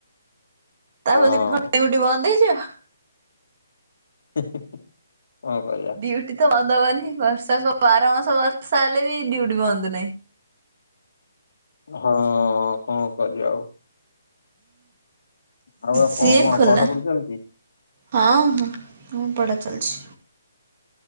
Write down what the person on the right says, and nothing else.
ତା
ବୋଲି <unintelligible> ବନ୍ଦ ହେଇଯିବ।
ଡୁଟି ତ ବନ୍ଦ ହବନି ବର୍ଷକ ବାର ମାସ ବର୍ଷା ହେଲେ ବି ଡିଉଟି ବନ୍ଦ ନାହିଁ।
ସିଏ
ଖୋଲା
ହଁ ହଁ ହୁଁ ପଢ଼ା ଚାଲଛି।